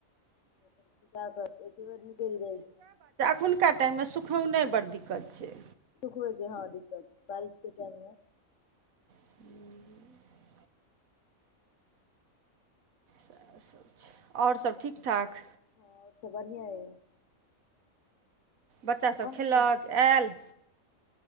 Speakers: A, on the left (about 65°); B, on the right (about 80°).
A: अपन सुखा क एके बेर निकैल जाइ छै।
B: खुनका टाइम में सुखौने बड़ दिक्कत छै।
A: सुखबै के हँ दिक्कत, बारिश के टाइम में
B: हं। सैह सब छै, और सब ठीक-ठाक?
A: हँ और सब बढ़ियां अय।
B: बच्चा सब
A: हम
B: खेलक?
A: तऽ
B: ऐऽल?